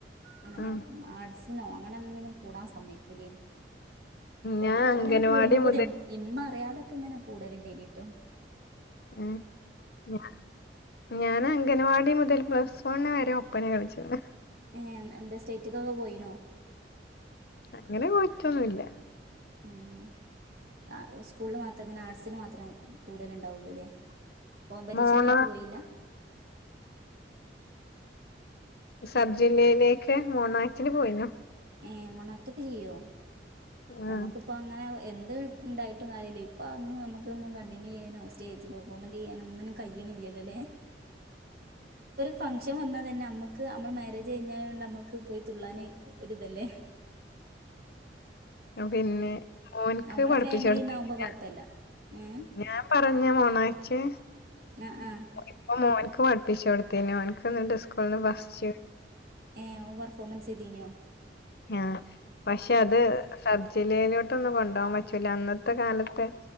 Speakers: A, on the right; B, on the left.
A: അങ്ങനെ
B: ഉം
A: ആർട്സിനോ അങ്ങനെ ഒനിന്നും കൂടാൻ സമ്മയ്ക്കൂലേനി ഓരോരുത്തരിങ്ങനെ
B: ഞാൻ അംഗനവാടി
A: കൂടുമ്പോ പൂതിയാ
B: മുതൽ
A: ഇമ്മ അറിയാതൊക്കെ ഇങ്ങനെ കൂടലിണ്ടേനീട്ടോ
B: ഉം ഞാ ഞാന് അംഗനവാടി മുതൽ പ്ലസ് വണ്ണ് വരെ ഒപ്പ് ഒപ്പന കളിച്ചൂന്
A: ഏഹ് എൻ എന്താ സ്റ്റേറ്റ്ക്കൊക്കെ പോയിണോ
B: അങ്ങനെ പോയിറ്റൊന്നുല്ല
A: ഉം ആഹ് സ്കൂളിൽ മാത്രം ഇങ്ങനെ ആർട്സിന് മാത്രം കൂടല്ണ്ടാവുള്ളൂ ല്ലേ കോമ്പറ്റീഷൻ
B: മോണ
A: ആയിട്ട് പോയില്ലാ
B: സബ്ജില്ലയിലേക്ക്
A: ഉം
B: മോണാക്ടിന് പോയിനു
A: ഏഹ് മോണാക്ടെക്കെ ചെയ്യോ ഞമ്മക്കിപ്പ
B: ആഹ്
A: അങ്ങനെ എന്ത് ഇണ്ടായിട്ടും കാര്യല്ല ഇപ്പ അതൊന്നും നമുക്കൊന്ന് കണ്ടിന്യൂ ചെയ്യാനോ സ്റ്റേജ് പെർഫോമൻറ് ചെയ്യാനോ ഒന്നിനും കയ്യിണില്ലല്ലോല്ലേ ഇപ്പ ഒരു ഫംങ്ഷൻ വന്നാ തന്നെ അമ്മക് ക്ക് നമ്മള് മാരേജ് കഴിഞ്ഞായോണ്ട് നമ്മക്ക് പോയി തുള്ളാന് ഒര്തല്ലേ
B: ഉം പിന്നെ ഓനിക്ക്
A: നമ്മളെ
B: പഠിപ്പിച്ചൊടുത്തിട്ടില്ല
A: ഫാമിലിന്നാവുമ്പോ കൊഴപ്പല്ല ഏ
B: ഞാൻ പറഞ്ഞ മോണാക്ട്
A: ആ ആ
B: ഇപ്പം മോൻക്ക് പഠിപ്പിച്ചു കൊടുത്തീനി ഓന്ക്ക്ന്നിണ്ട് സ്കൂള്ന്ന് ഫസ്റ്റ്
A: ഏഹ് ഓൻ പെർഫോമൻസ് ചെയ്തീനിയോ?
B: ആഹ് പക്ഷെ അത് സബ്ജില്ലയിലോട്ടൊന്നും കൊണ്ടോവാൻ പറ്റൂല അന്നത്ത് ത്തെ കാലത്തെ